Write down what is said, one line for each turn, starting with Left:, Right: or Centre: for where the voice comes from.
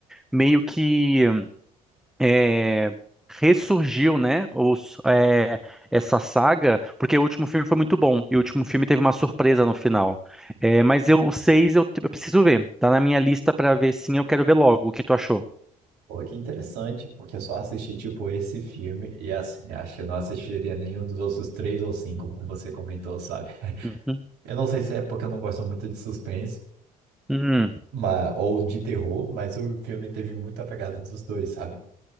Centre: meio que é, ressurgiu, né, os, é, essa saga, porque o último filme foi muito bom, e o último filme teve uma surpresa no final. É, mas eu, o seis eu, te- eu preciso ver, tá na minha lista pra ver sim, eu quero ver logo. O que tu achou?
Right: Pô, que interessante, porque eu só assisti, tipo, esse filme e, assim, acho que eu não assistiria nenhum dos outros três ou cinco, como você comentou, sabe?
Centre: Uhum.
Right: Eu não sei se é porque eu não gosto muito de suspense,
Centre: Hum,
Right: ma- ou de terror, mas o filme teve muita pegada dos dois, sabe?